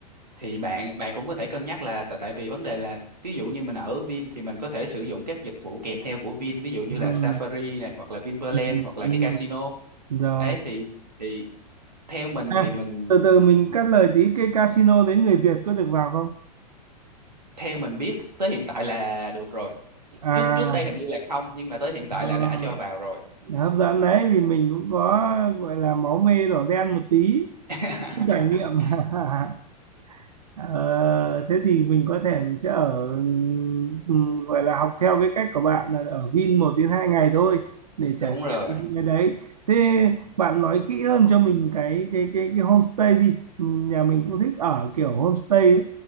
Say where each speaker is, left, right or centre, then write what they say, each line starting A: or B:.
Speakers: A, on the right; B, on the right.
A: thì bạn bạn cũng có thể cân nhắc là tại tại vì vấn đề là ví dụ như mình ở Vin thì mình có thể sử dụng các dịch vụ kèm theo của Vin ví dụ như
B: ừm,
A: là Safari này hoặc là Vinpearl
B: ừm,
A: hoặc
B: ừm.
A: là cái casino.
B: rồi
A: ấy thì thì theo mình
B: à,
A: thì mình
B: từ từ mình cắt lời tí cái casino đấy người Việt có được vào không
A: theo mình biết tới hiện tại là được rồi
B: à
A: trước trước đây hình như là không nhưng mà tới hiện tại
B: ờ,
A: là đã cho vào rồi
B: hấp dẫn đấy vì mình cũng có gọi là máu mê đỏ đen một tí
A: <laughs>
B: cũng trải nghiệm <laughs> Ờ, thế thì mình có thể mình sẽ ở ừm, gọi là học theo cái cách của bạn là ở Vin một đến hai ngày thôi để
A: đúng
B: trải
A: rồi
B: nghiệm những cái đấy. Thế bạn nói kỹ hơn cho mình cái cái cái cái homestay đi. Ừm, Nhà mình cũng thích ở kiểu homestay ấy.